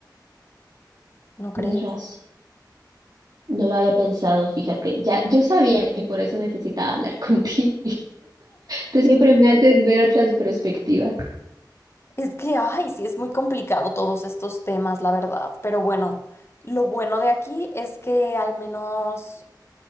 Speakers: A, on the left; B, on the right.
A: ¿no crees?
B: Tienes razón. No lo había pensado, fíjate. Ya, yo sabía que por eso necesitaba hablar <laughs> contigo. Tú siempre me haces ver otras perspectivas.
A: Es que, ay, sí, es muy complicado todos estos temas, la verdad. Pero bueno, lo bueno de aquí es que al menos,